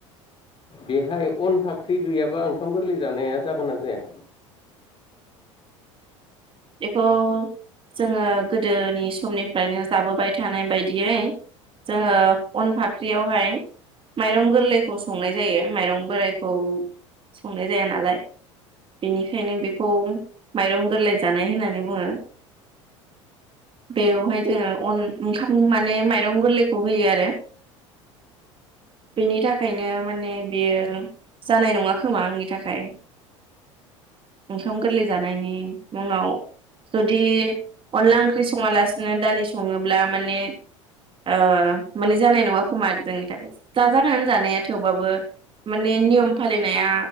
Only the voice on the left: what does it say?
बेहाय अन फाख्रि गैयाबा ओंखाम गोरलै जानाया जागोना जाया?